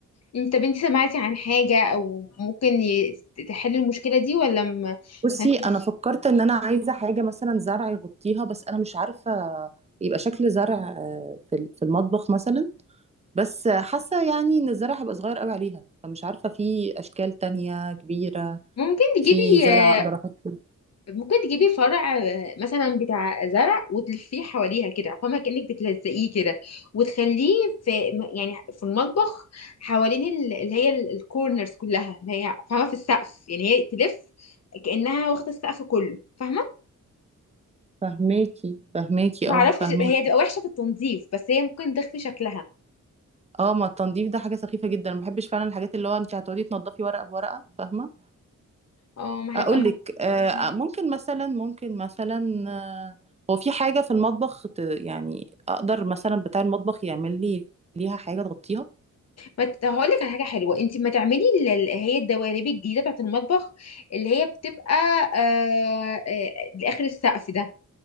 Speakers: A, on the left; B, on the right.
A: انت بنتي سمعتي عن حاجه او ممكن ي- تحل المشكله دي ولا ما
B: بصي
A: ما فيش
B: أنا فكرت إن أنا عايزة حاجة مثلا زرع يغطيها بس أنا مش عارفة يبقى شكل زرع آه، في في المطبخ مثلا بس حاسة يعني ان الزرع هيبقى صغير قوي عليها فمش عارفة في اشكال تانية كبيرة
A: ممكن تجيبي
B: في زرع
A: آه،
B: اقدر احط فيه.
A: ممكن تجيبي فرع آه، مثلا بتاع زرع وتلفيه حواليها كده فاهمة كأنك بتلزقيه كده وتخليه في م- يعني في المطبخ حوالين ال- اللي هي ال- الكورنرز كلها اللي هي فاهمة في السقف يعني هي تلف كأنها واخدة السقف كله فاهمة
B: فهماكي فهماكي
A: معرفش
B: اه فهماكي
A: هي تبقى وحشة في التنظيف بس هي ممكن تخفي شكلها
B: اه ما التنظيف ده حاجة سخيفة جدا ما بحبش فعلا الحاجات اللي هو انت هتقعدي تنضفي ورقة بورقة فاهمة
A: اه ما
B: اقول
A: هيبقى
B: لك آه
A: مم.
B: ممكن مثلا ممكن مثلا آه هو في حاجة في المطبخ ت- يعني اقدر مثلا بتاع المطبخ يعمل لي ليها حاجة تغطيها
A: ما ت- هقول لك على حاجه حلوه انت ما تعملي اللي هي الدواليب الجديده بتاعت المطبخ اللي هي بتبقى آه آه لاخر السقف ده